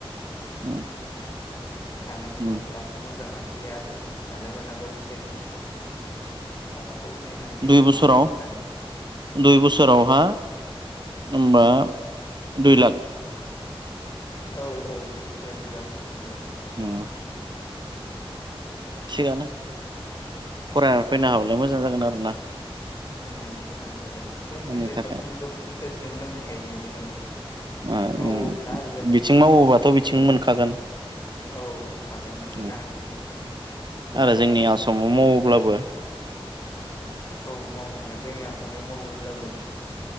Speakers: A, on the right (about 50°); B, on the left (about 35°).
A: उम
B: थानो मोनोब्लाथ
A: उम
B: मोजाङानोसै आरो ओ थानो मोनाबा बिसोरनि माबाखौ नायनांसिगोन
A: दुइ बोसोराव
B: माबायदि थानाय
A: दुइ बोसोरावहा होनबा दुइ लाख
B: औ औ दुइ बोसोरा दुइ लाख थांगोन
A: अ थिगानो फरायना फैनो हाबालाय मोजां जागोन आरोना
B: ओम मोजां जागोन ओमफ्राय हानद्रेद
A: उननि थाखाय
B: पारसेन्ट जब प्लेसमेन्ट दंखायोना बेहायनो।
A: ओ
B: मावोब्ला
A: उम
B: आरो जेनेबा
A: बिथिं मावोबाथ'
B: गोसो
A: बिथिं
B: दोङोब्ला
A: मोनखागोन
B: औ होखागोन बिसोरना
A: उम
B: हानद्रेद पारसेन्ट जब
A: आरो
B: प्लेसमेन्टखौ
A: जोंनि आसामाव मावोब्लाबो
B: औ मावनो हागोन जोंनि आसामाव मावोब्लाबो